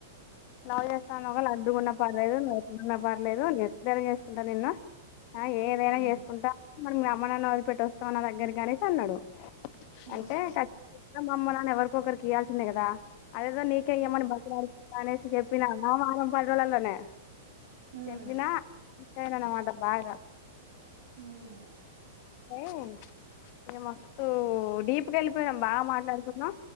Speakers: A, on the left (about 50°); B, on the right (about 70°).
A: లవ్ చేస్తా <unintelligible> డు గుణ పర్లేదు ఏట్లూన్నా పర్లేదు ఏట్లైన చేసుకుంటా నిన్ను ఆ ఏదైనా
B: ఉమ్
A: చేసుకుంటా మరి మీ అమ్మ నాన్న వదిలి పెట్టి వోస్తావా నా దగ్గర కి అనేసి అన్నాడు
B: ఉమ్ ఉమ్
A: అంటే <unintelligible> అమ్మ నాన్న ఎవరు ఒక్కరికి ఇయలసిందే కదా అదేదో నీకే ఇయమని బ్రతిమిలాడుకుంట అనేసి చెప్పినాన పడోలల్లానే
B: ఉమ్
A: చెప్పిన నేనమమాట బాగ
B: ఉమ్
A: <unintelligible> ఏ మస్తు డీప్ ప్పుడె వెళ్ళిపోయినాం బాగా మాట్లాడుకున్నాం